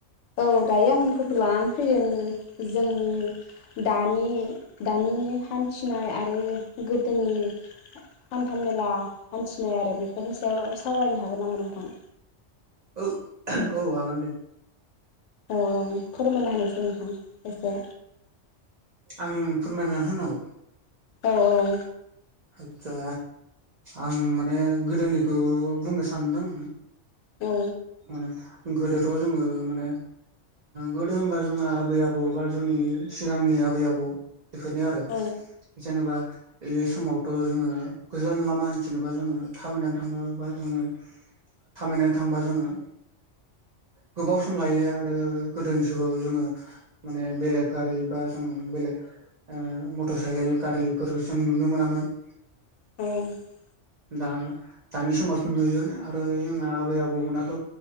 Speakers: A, on the left; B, on the right.
A: औ दायो आं कपि लानानै फैदों जोंनि दानि दानि हान्थिनाय आरो गोदोनि हान्था मेला हान्थिनाय आरो बेफोरनि सायाव सावरायनो हागोन नामा नोंथां
B: औ औ हागोन दे
A: औ औ फोरमायना होनोसै नोंथां एसे
B: आं फोरमायना होनांगौ
A: औ औ
B: आदसा आं माने गोदोनिखौ बुंनो सानदों
A: औ
B: माने गोदोथ' जोङो माने गोदो होनबा जोंहा आबै आबौ बा जोंनि सिगांनि आबै आबौ बेफोरनि आरो
A: औ
B: जेनेबा बे समावथ' जोङो गोजान लामा हान्थिनोबा जोङो थाबायनानै थाङोबा जोङो थामायनानै थांबा जोङो गोबाव सम लायो आरो गोदोनि जुगाव जोङो माने बेलेग गारि बा जों बेलेग मटर साइकेल गारिफोर जों नुनो मोनामोन
A: औ
B: दा दानि समावसो नुयो आरो जोंहा आबै आबौ गुबुनाथ'